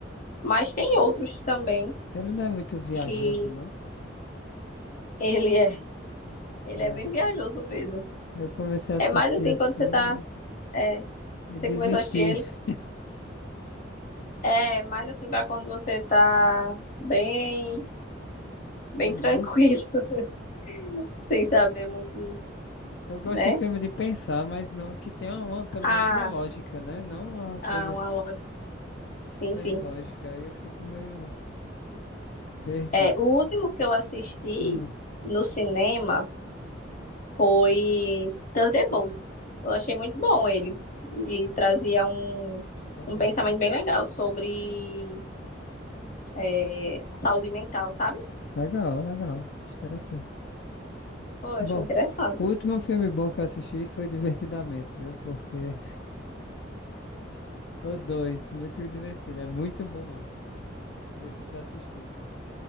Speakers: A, on the left (about 45°); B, on the left (about 65°).
A: Mas tem outros também
B: Ele não é muito viajoso,
A: que
B: não?
A: ele é, ele
B: É,
A: é bem viajoso mesmo.
B: eu comecei a assistir
A: É mais assim
B: assim.
A: quando você tá, é,
B: E
A: você
B: desistir.
A: começou a assistir ele, é mais assim pra quando você tá bem, bem
B: Uhum.
A: tranquilo, <laughs> sem saber muito,
B: Eu gosto
A: né?
B: de filme de pensar, mas não que tenha uma, pelo
A: Ah,
B: menos uma lógica, né? Não uma coisa
A: ah, uma
B: s-
A: loja. Sim,
B: sem
A: sim.
B: lógica. Aí eu fico meio perdido.
A: É, o último que eu assisti
B: Hum,
A: no cinema foi Thunderbolts. Eu achei muito bom ele. E trazia um,
B: Thunderbolts.
A: um pensamento bem legal sobre é, saúde mental, sabe?
B: Legal, legal. Interessante.
A: Pô,
B: Tá
A: eu achei
B: Bom,
A: interessante.
B: o último filme bom que eu assisti foi Divertidamente, viu? Porque <laughs> o dois, muito divertido. É muito bom mesmo. Não sei se você assistiu.